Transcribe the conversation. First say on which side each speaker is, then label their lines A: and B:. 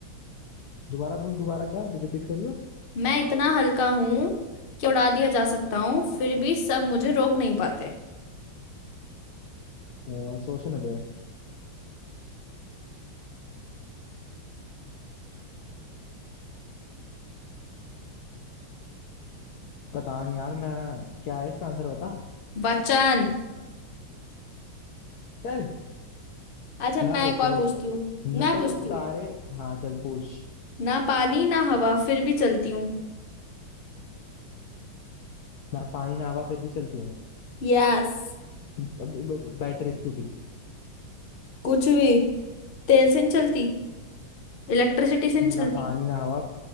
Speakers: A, on the left; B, on the left.
A: दोबारा पूछ दोबारा क्या तू रिपीट करियो
B: मैं इतना हल्का हूँ कि उड़ा दिया जा सकता हूँ फिर भी सब मुझे रोक नहीं पाते
A: अ, सोचने दे पता नहीं यार मैं क्या है इसका आंसर बता
B: वचन
A: चल
B: अच्छा मैं
A: मैं पूछता
B: एक और
A: हूँ
B: पूछती
A: देख
B: हूँ मैं
A: नकल
B: पूछती
A: उतारे
B: हूँ
A: हाँ चल पूछ
B: ना पानी ना हवा फिर भी चलती हूँ
A: ना पानी ना हवा फिर भी चलती हूँ
B: यस
A: ब- ब- Battery scooty
B: कुछ भी तेल से नहीं चलती इलेक्ट्रिसिटी से नहीं चलती
A: ना पानी ना हवा